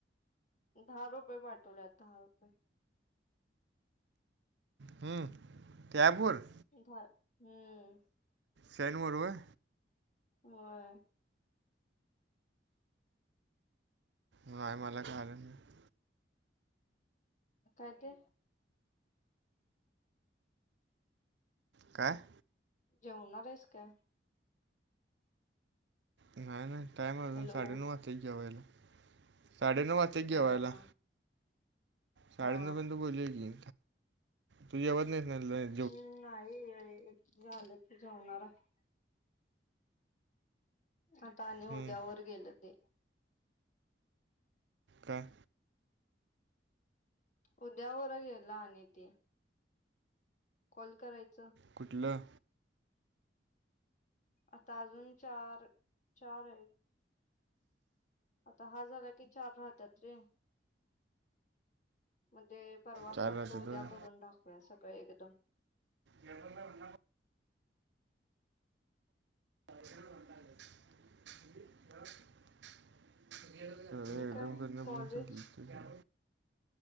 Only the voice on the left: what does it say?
दहा रुपये पाठवल्यांत दहा रुपये.
इथंवांर हम्मं.
होयं
कायं ते
जेवणांर आहेसं कायं.
हॅलो
हा
हा
हा
हम्मं नाहीं झालं की जेवणांर आहे आंता आलं ते
उद्यांवरं गेलं ते.
उद्यांवरं गेलं आणि ते. कॉल करायचं.
आंता अजूंन चार चार आहेतं. आंता हां झालां की चार राहतांत रे. म्हणजे परवांसारखं
उद्यां करूंन टाकूंया सगळं एकदंम.
मी
काय
कॉलेज